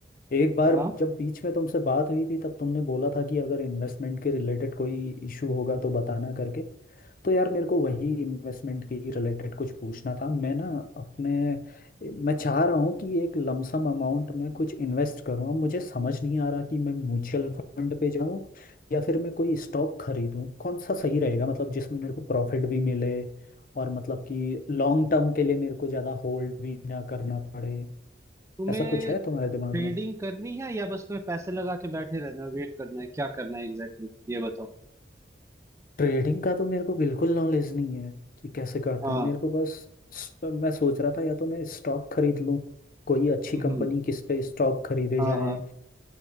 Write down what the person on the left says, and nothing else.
एक बार
जब बीच में तुमसे बात हुई थी तब तुमने बोला था कि अगर इन्वेस्टमेंट के रिलेटेड कोई इशू होगा तो बताना करके तो यार मेरे को वही इन्वेस्टमेंट के रिलेटेड कुछ पूछना था मैं ना अपने मैं चाह रहा हूँ कि एक लमसम अमाउंट में कुछ इन्वेस्ट करूँ अब मुझे समझ नहीं आ रहा कि मैं म्यूचुअल फंड पे जाऊँ या फिर मैं कोई स्टॉक खरीदूँ कौन सा सही रहेगा मतलब जिसमें मेरे को प्रॉफिट भी मिले और मतलब कि लॉन्ग टर्म के लिए मेरे को ज़्यादा होल्ड भी ना करना पड़े
ऐसा कुछ है तुम्हारे दिमाग
में
ट्रेडिंग का तो मेरे को बिल्कुल नॉलेज नहीं है कि कैसे करते
हैं मेरे को बस स- मैं सोच रहा था या तो मैं स्टॉक खरीद लूं कोई अच्छी
कंपनी किस पे स्टॉक खरीदे
जाएं